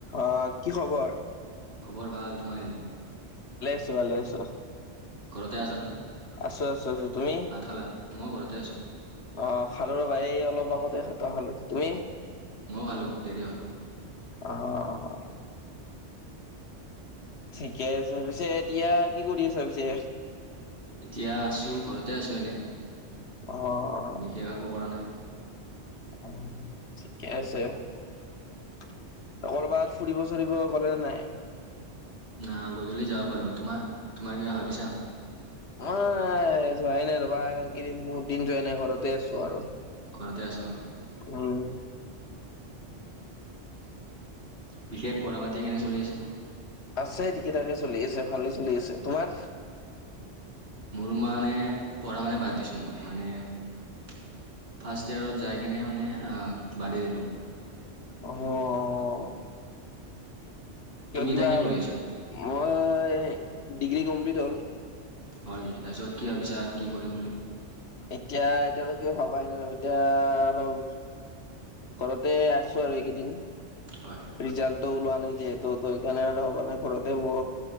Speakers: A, on the left; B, on the right.
A: অ' কি খবৰ?
B: খবৰ ভাল। তোমাৰ কেনে?
A: আছোঁ ভালেই আছোঁ।
B: ঘৰতে আছা ন
A: আছোঁ আছোঁ তুমি?
B: ভাত খালা মই ঘৰতে আছোঁ।
A: অ' খালোঁ ৰবা এই অলপ আগতে ভাতটো খালোঁ। তুমি?
B: ময়ো খালোঁ দেৰি হ'ল।
A: অ'। ঠিকেই আছে, পিছে এতিয়া কি কৰি আছা পিছে?
B: এতিয়া আছোঁ, ঘৰতে আছোঁ এনে।
A: অ', অ'।
B: বিশেষ একো কৰা নাই
A: উ, ঠিকে আছে। ক'ৰবাত ফুৰিব, চুৰিব গ'লা নে নাই?
B: নাই গধূলি যাব পাৰোঁ। তোমাৰ, তোমাৰ কিবা ভাবিছা?
A: নাই, যোৱাই নাই ৰবা, এইকেইদিন বহুত দিন যোৱা নাই ঘৰতে আছোঁ আৰু।
B: ঘৰতে আছা মানে
A: উম।
B: বিশেষ পঢ়া পাতি কেনে চলি আছে?
A: আছে ঠিকে ঠাকে চলি আছে, ভালে চলি আছে। তোমাৰ?
B: মোৰ মানে পঢ়া শুনা বাদ দিছোঁ। মই মানে ফাৰ্ষ্ট ইয়েৰত যাই কেনে মানে আ, বাদেই দিলোঁ।
A: অ কিয়
B: তুমি এতিয়া
A: কিবা,
B: কি কৰি আছা
A: মই ডিগ্ৰী কমপ্লিট হ'ল।
B: হয় নেকি, তাৰপিছত কি ভাবিছা আৰু কি কৰিম বুলি?
A: এতিয়া এতিয়ালৈকে ভবাই নাই এতিয়া অলপ ঘৰতে আছোঁ আৰু এইকেইদিন
B: হয়
A: ৰিজাল্টো ওলোৱা নাই। যিহেতু সেইকাৰণে অলপ মানে ঘৰতে ব